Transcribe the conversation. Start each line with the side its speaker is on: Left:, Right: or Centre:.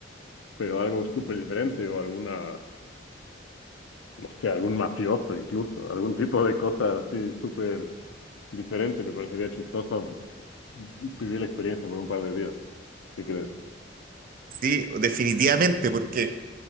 Left: pero algo súper diferente o alguna, no sé, algún mafioso incluso, algún tipo de cosa así súper diferente, me parecería chistoso vivir la experiencia por un par de días, ¿qué crees?
Right: Sí, definitivamente, porque...